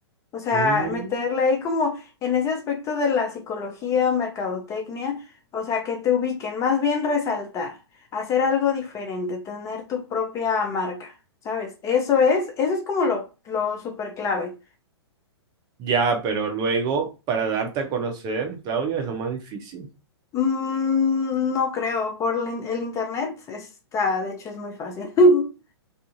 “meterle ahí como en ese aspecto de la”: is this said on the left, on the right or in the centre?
Left